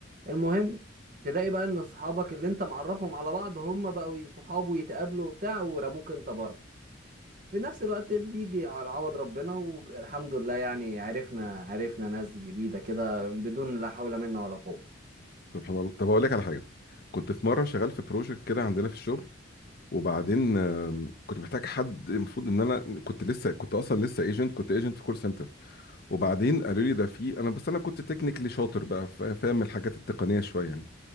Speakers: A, on the right; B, on the left.
A: المهم تلاقي بقى ان صحابك اللي انت معرفهم على بعض هم بقوا ي- صحاب ويتقابلوا وبتاع ورموك انت بره في نفس الوقت بيجي على عوض ربنا والحمد لله يعني عرفنا عرفنا ناس جديدة كده بدون لا حول منا ولا قوة
B: سبحان الله طب اقول لك على حاجه كنت في مره شغال في بروجكت كده عندنا في الشغل وبعدين آم، كنت محتاج حد المفروض ان انا كنت لسه كنت اصلا لسه ايجنت كنت ايجنت في كول سنتر وبعدين قالوا لي ده في انا بس انا كنت تكنيكلي شاطر بقى فا- فاهم الحاجات التقنيه شويه يعني